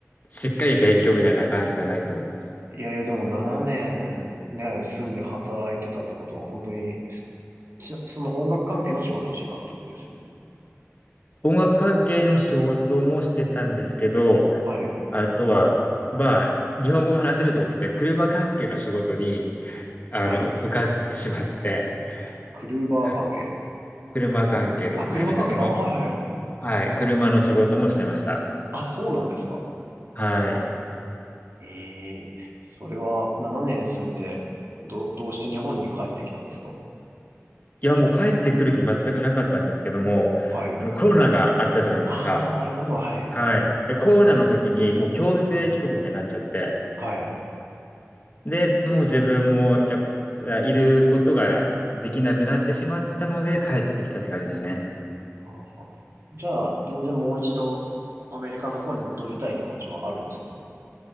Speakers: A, on the left (about 35°); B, on the right (about 60°).
A: しっかり勉強みたいな感じじゃないと思います。
B: いやいや、でも7年ねんね、住んで働いてたってことは、本当に、すちその音楽関係の仕事をしてたってことですよね。
A: 音楽関係の仕事もしてたんですけど、
B: はい、
A: あとは、まあ、日本語が話せるってことで、車関係の仕事に、あの、
B: はい。
A: 受かってしまって、
B: クルーバー関係。
A: はい車関係ですね。
B: あ、車関係。
A: なんかその、
B: あ、はいはいはい。
A: はい、車の仕事もしてました。
B: あ、そうなんですか。
A: はい。
B: ええそれは7年住んで、ど、どうして日本に帰ってきたんですか
A: いや、もう帰ってくる気全くなかったんですけども、
B: はい。
A: あの、コロナがあったじゃないですか。
B: ああ、なるほど、はい。
A: はい。で、コロナの時にもう強制帰国みたいになっちゃって、
B: はい。
A: で、もう自分もやっぱいることができなくなってしまったので帰ってきたって感じですね。
B: はあはあじゃあ、全然もう一度、アメリカの方に戻りたい気持ちはあるんですか